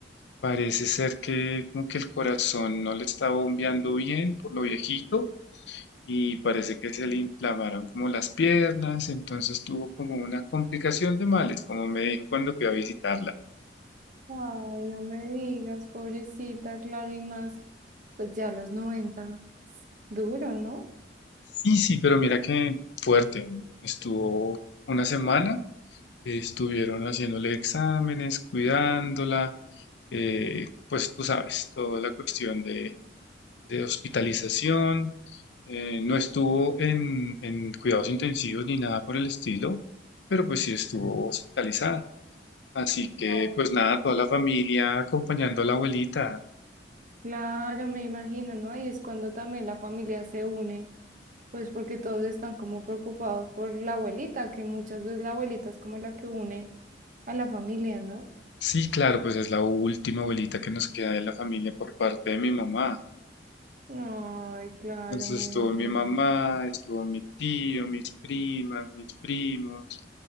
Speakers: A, on the left; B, on the right.
A: Parece ser que como que el corazón no le está bombeando bien por lo viejito y parece que se le inflamaron como las piernas, entonces tuvo como una complicación de males, como me dijo cuando fui a visitarla.
B: Ay, no me digas, pobrecita, claro, y más, pues ya a los 90 duro, ¿no?
A: Sí, sí, pero mira que fuerte, estuvo una semana Estuvieron haciéndole exámenes, cuidándola, eh, pues tú sabes, toda la cuestión de, de hospitalización. eh, no estuvo en, en cuidados intensivos ni nada por el estilo, pero pues sí estuvo hospitalizada. Así que
B: No.
A: pues nada, toda la familia acompañando a la abuelita.
B: Claro, me imagino, ¿no? Y es cuando también la familia se une Pues porque todos están como preocupados por la abuelita, que muchas veces la abuelita es como la que une a la familia, ¿no?
A: Sí, claro, pues es la última abuelita que nos queda de la familia por parte de mi mamá.
B: Ay, claro,
A: Entonces
B: me
A: estuvo
B: imagino.
A: mi mamá, estuvo mi tío, mis primas, mis primos,